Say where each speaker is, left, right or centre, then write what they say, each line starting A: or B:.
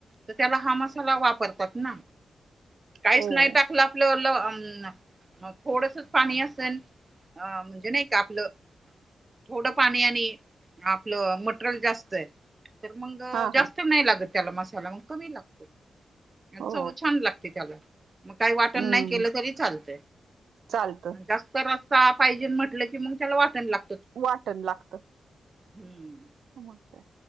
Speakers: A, on the right; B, on the right.
A: तर त्याला हा मसाला वापरतात ना काहीच
B: हो
A: नाही टाकलं आपलं ल मग थोडस पाणी असेल अं म्हणजे नाही का आपलं थोडं पाणी आणि आपलं मटेरियल जास्त आहे तर मग
B: हा
A: जास्त
B: हा
A: नाही लागत अग त्याला मसाला म कमी लागतो
B: हो
A: चव छान लागते त्याला मग काही वाटण
B: हम्म
A: नाही केलं तरी चालत
B: चालतं
A: जास्त रा पाहिजे म्हटलं की मग त्याला वाटय लागत
B: वाटण लागत
A: हम्म
B: हो का